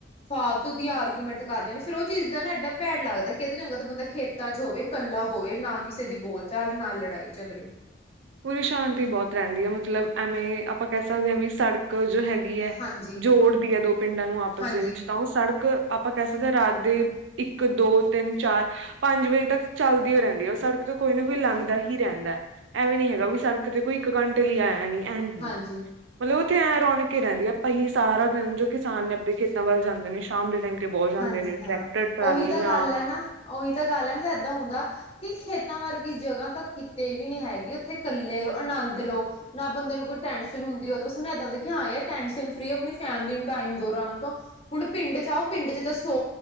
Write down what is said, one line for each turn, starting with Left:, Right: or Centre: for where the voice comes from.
Left: ਫਾਲਤੂ ਦੀ ਆਰ ਗੁਮੈਂਟ ਕਰਦੇ ਨੇ ਫੇਰ ਓ ਚੀਜ਼ ਦਾ ਨਾ ਐਡਾ ਭੈੜ ਲੱਗਦੈ ਕਿ ਇਦੇ ਨਾ ਚੰਗਾ ਤਾਂ ਬੰਦਾ ਖੇਤਾਂ 'ਚ ਹੋਵੇ ਕੱਲਾ ਹੋਵੇ ਨਾ ਕਿਸੇ ਦੀ ਬੋਲ ਚਾਲ ਨਾ ਲੜਾਈ ਝਗੜੇ
Right: ਪੂਰੀ ਸ਼ਾਂਤੀ ਬੋਤ ਰੈਂਦੀ ਏ ਮਤਲਬ ਐਵੇਂ ਈ ਏ ਆਪਾਂ ਕੈ ਸਕਦੇ ਆਂ ਵੀ ਸੜ ਕ ਜੋ ਹੈਗੀ ਐ
Left: ਹਾਂਜੀ
Right: ਜੋੜਦੀ ਐ ਦੋ ਪਿੰਡਾਂ ਨੂੰ ਆਪਸ
Left: ਹਾਂਜੀ
Right: ਦੇ ਵਿੱਚ ਤਾਂ ਓ ਸੜਕ ਆਪਾਂ ਕੈ ਸਕਦੇ ਆਂ ਰਾਤ ਦੇ ਇੱਕ, ਦੋ, ਤਿੰਨ, ਚਾਰ ਪੰਜ ਵਜੇ ਤੱਕ ਚੱਲਦੀਓ ਰੈਂਦੀ ਐ। ਓ ਸੜਕ ਤੋਂ ਕੋਈ ਨਾ ਕੋਈ ਲੰਘਦਾ ਹੀ ਰਹਿੰਦੈ ਐਵੇਂ ਨੀ ਹੈਗਾ ਵੀ ਸੜਕ ਤੇ ਕੋਈ ਇੱਕ ਘੰਟੇ ਲਈ ਆਇਆ ਨੀ ਐਹ ਨੀ ਹੁੰਦਾ।
Left: ਹਾਂਜੀ
Right: ਮਤਲਬ ਉੱਥੇ ਐਂ ਰੌਣਕ ਈ ਰੈਂਦੀ ਐ ਆਪਾਂ ਹੀ ਸਾਰਾ ਦਿਨ ਜੋ ਕਿਸਾਨ ਨੇ ਆਪਣੇ ਖੇਤਾਂ ਵੱਲ ਜਾਂਦੇ ਨੇ ਸ਼ਾਮ ਦੇ ਟਾਈਮ ਤੇ ਬਹੁਤ ਜਾਂਦੇ
Left: ਹਾਂਜੀ
Right: ਨੇ ਟਰੈਕਟਰ
Left: ਹਾਂ
Right: ਟਰਾਲੀਆਂ
Left: ਓਹੀ ਤਾਂ ਗੱਲ ਐ ਨਾ, ਓਹੀ ਤਾਂ ਗੱਲ ਐ ਮ ਤਾਂ ਐਦਾਂ ਹੁੰਦਾ ਕਿ ਖੇਤਾਂ ਵਰਗੀ ਜਗ੍ਹਾ ਤਾਂ ਕਿਤੇ ਵੀ ਨੀਂ ਹੈਗੀ ਏੱਥੇ ਕੱਲੇ ਆਨੰਦ ਲੋ। ਨਾ ਬੰਦੇ ਨੂੰ ਕੋਈ ਟੈਨਸ਼ਨ ਹੁੰਦੀ <unintelligible> ਐਦਾਂ ਦੇ ਕਯੋਂ ਆਏ ਆ ਟੈਂਸ਼ਨ ਫ੍ਰੀ ਆਪਣੀ ਫੈਮਲੀ ਨੂੰ ਟਾਈਮ ਦੋ ਆਰਾਮ ਤੋਂ ਹੁਣ ਪਿੰਡ 'ਚ ਆਓ ਪਿੰਡ 'ਚ ਤਾਂ ਸੌ